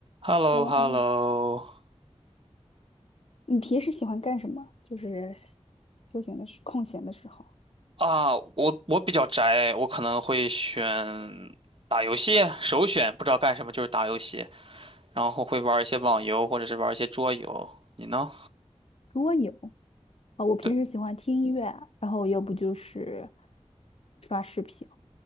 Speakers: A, on the right (about 50°); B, on the left (about 60°).
A: h e l l
B: h
A: o
B: e l l o
A: h
B: h
A: e
B: e l
A: l
B: l
A: l
B: o
A: o
B: 你平时喜欢干什么？就是休闲的时，空闲的时候。
A: 啊，我我比较宅，我可能会选打游戏，首选不知道干什么就是打游戏，然后会玩一些网游或者是玩一些桌游。你呢？
B: 如果有啊，我平时喜欢听音乐啊，
A: 对，
B: 然后要不就是刷视频，